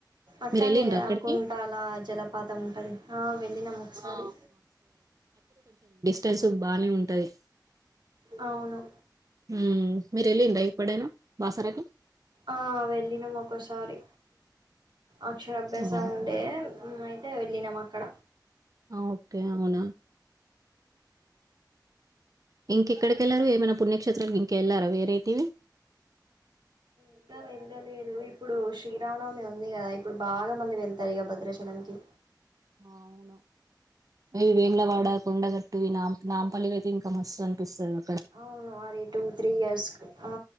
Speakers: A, on the right (about 80°); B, on the right (about 50°).
A: అక్కడనే
B: మీరు వెళ్ళిండ్ర
A: కదా
B: అక్కడికి
A: కుంటాల జలపాతం ఉంటది ఆ వెళ్ళినం ఒకసారి
B: ఆ తెల్సు బానే ఉంటది
A: అవును
B: మ్మ్ మీరు ఎలిండ్రా ఇప్పుడైనా బాసరకి
A: ఆ వెళ్ళినము ఒక్కసారి అక్షరాభ్యాస
B: అవునా
A: ఉండే అ టె వెళ్ళినమక్కడ
B: అ ఓకే అవునా ఇంకెక్కడికి వెళ్లారు ఏమైనా పుణ్యక్షేత్రకి ఇంకెళ్లారా వేరైతేవి
A: ఇంకా వెళ్ళలేదు ఇప్పుడు శ్రీరావనవమి ఉంది కదా ఇప్పుడు బాగా మంది వెళ్తారు ఇక భద్రాచలంకి
B: అవును అ వేంలవాడ కొండగట్టు నా నాంపల్లిక అయితే ఇంకా మస్తు అనిపిస్తుంది
A: అవును అది టూ త్రీ ఇయర్స్ ఆ